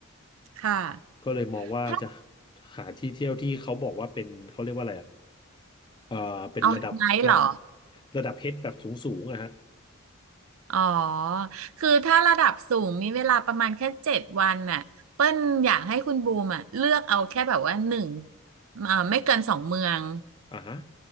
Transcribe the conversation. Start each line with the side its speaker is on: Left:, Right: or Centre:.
Right: ค่ะ
Left: ก็เลยมองว่าจะ
Right: ถ้า
Left: หาที่เที่ยวที่เขาบอกว่าเป็นเขาเรียกว่าอะไรอ่ะเอ่อเป็นระดับระ
Right: เอาไฮไลท์เหรอ
Left: ระดับเฮดแบบสูงสูงอะฮะ
Right: อ๋อคือถ้าระดับสูงมีเวลาประมาณแค่เจ็ดวันน่ะเปิ้ลอยากให้คุณบูมอ่ะเลือกเอาแค่แบบว่าหนึ่งเอ่อไม่เกินสองเมือง
Left: อ่าฮะ